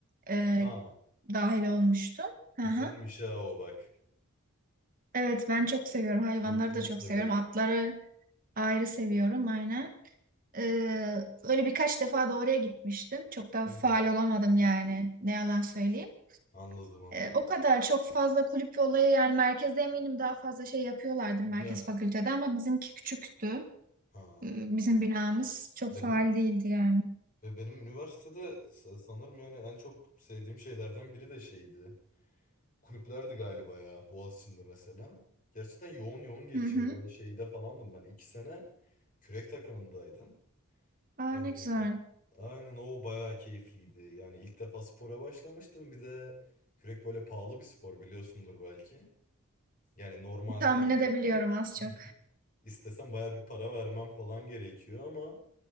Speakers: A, on the right (about 40°); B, on the left (about 40°).
A: e,
B: aa
A: dahil olmuştum. Hı
B: Güzelmiş
A: hı.
B: ha o bak.
A: Evet ben çok seviyorum. Hayvanları
B: Keyifli olsa
A: da çok
B: da
A: seviyorum.
B: gerek.
A: Atları ayrı seviyorum aynen. Ee, öyle birkaç defa da oraya gitmiştim. Çok da
B: Hı
A: faal
B: hı.
A: olamadım yani. Ne yalan söyleyeyim.
B: Anladım anladım.
A: E, o kadar çok fazla kulüp ve olayı yani merkezde eminim daha fazla şey yapıyorlardır merkez
B: Ya
A: fakültede ama bizimki küçüktü.
B: ha
A: E, bizim binamız çok
B: benim
A: faal değildi yani.
B: ve benim üniversitede sa- sanırım yani en çok sevdiğim şeylerden biri de şeydi. Kulüplerdi galiba ya Boğaziçi'nde mesela. Gerçekten yoğun yoğun geçiyor
A: Hı hı.
B: böyle şeyde falandım ben. iki sene kürek takımındaydım.
A: Aa
B: Ee,
A: ne güzel.
B: aynen o bayağı keyifliydi. Yani ilk defa spora başlamıştım. Bir de kürek böyle pahalı bir spor biliyorsundur belki. Yani normalde
A: Tahmin
B: istesem
A: edebiliyorum az
B: <laughs>
A: çok.
B: İstesem baya bir para vermem falan gerekiyor ama